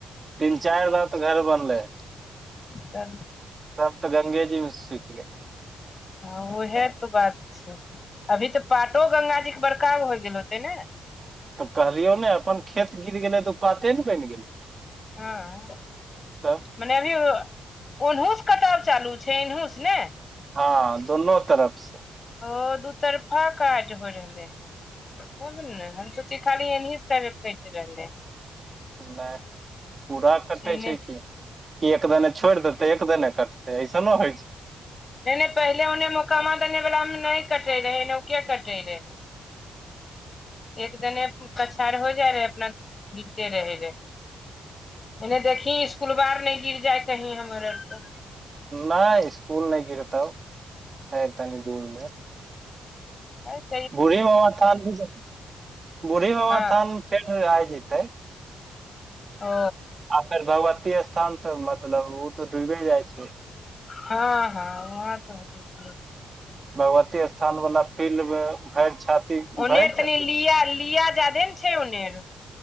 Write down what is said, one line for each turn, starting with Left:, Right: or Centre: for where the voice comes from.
Right: तीन चारि वार तऽ घर बनलै
Left: चलू
Right: सब तऽ गंगेजी मे सुखि गेलै
Left: हँ उएह तऽ बात छै अभी तऽ पाटो गंगाजीके बड़का होइ गेल होतै ने
Right: तऽ कहलियौ नै अपन खेत गिर गेलै तऽ उ पाते नऽ बैन गेलै
Left: हँ
Right: तब
Left: <unintelligible> अभी ओ ओनहू सँ कटाब चालू छै एनहुँ सँ नै
Right: हँ दुनो तरफसँ
Left: ओ दू तरफा काज होइ रहले तब न‌ऽ हम। खाली एन्ही से <unintelligible> रहलै
Right: नहि पूरा कटै
Left: एने
Right: छै की कि एक दने छोड़ि देते एक दने कटते ऐसनो होइ अछि
Left: नहि नहि पहिले उन्हे मोकामा देने वाला नाऽ कटे रहे एन्हुके कटे रहे एक दने कछाइर हो जाइ रहै, अपना गिरते रहै रहै। एने देखी इसकुलबा अर नहि गिर जाय कहीं हमर आर कऽ
Right: नहि, इस्कुल नहि गिरतो छै तनि दूर मे
Left: अ
Right: बूढ़ी बाबा थान भी, बूढ़ी बाबा
Left: हँ
Right: थान फेर आय जेतै।
Left: ओ।
Right: आ फेर भगवती स्थान तऽ मतलब उ तऽ डूबे जाय छै
Left: हँ हँ वहाँ त‌ऽ <unintelligible>
Right: भगवती स्थान वाला फील्ड मे भैर छाती भरि
Left: ओने अर
Right: छाती
Left: तनि लिया - लिया जादहे नऽ छै ओने अर